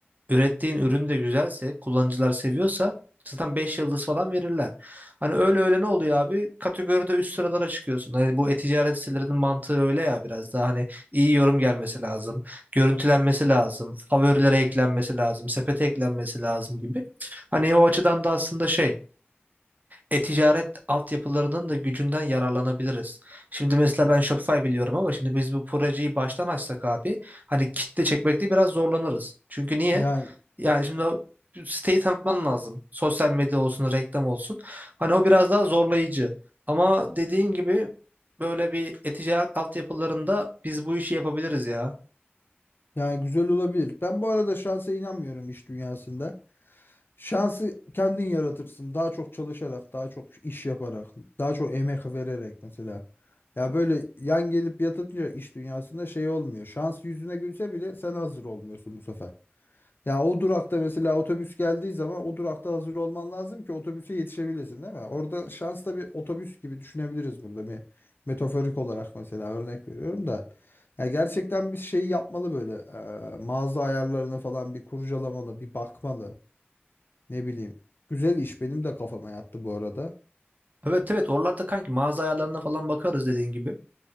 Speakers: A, on the right; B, on the left.
A: ürettiğin ürün de güzelse, kullanıcılar seviyorsa zaten 5 yıldız falan verirler. Hani öyle öyle ne oluyor abi? Kategoride üst sıralara çıkıyorsun. Hani bu e-ticaret sitelerinin mantığı öyle ya biraz daha hani iyi yorum gelmesi lazım görüntülenmesi lazım, favorilere eklenmesi lazım, sepete eklenmesi lazım gibi. Hani o açıdan da aslında şey, e-ticaret altyapılarının da gücünden yararlanabiliriz. Şimdi mesela ben Shopify biliyorum ama şimdi biz bu projeyi baştan açsak abi hani kitle çekmekte biraz zorlanırız. Çünkü niye?
B: Yani
A: Yani şimdi o siteyi tanıtman lazım. Sosyal medya olsun, reklam olsun. Hani o biraz daha zorlayıcı. Ama dediğin gibi böyle bir e-ticaret altyapılarında biz bu işi yapabiliriz ya.
B: yani güzel olabilir. Ben bu arada şansa inanmıyorum iş dünyasında. Şansı kendin yaratırsın. Daha çok çalışarak, daha çok iş yaparak, daha çok emek vererek mesela. Ya böyle yan gelip yatınca iş dünyasında şey olmuyor. Şans yüzüne gülse bile sen hazır olmuyorsun bu sefer. Ya o durakta mesela otobüs geldiği zaman o durakta hazır olman lazım ki otobüse yetişebilesin değil mi? Orada şans da bir otobüs gibi düşünebiliriz burada bir metaforik olarak mesela örnek veriyorum da. Ya gerçekten bir şey yapmalı böyle e, mağaza ayarlarını falan bir kurcalamalı bir bakmalı ne bileyim. Güzel iş benim de kafama yattı bu arada.
A: Evet evet oralarda kanki mağaza ayarlarına falan bakarız dediğin gibi.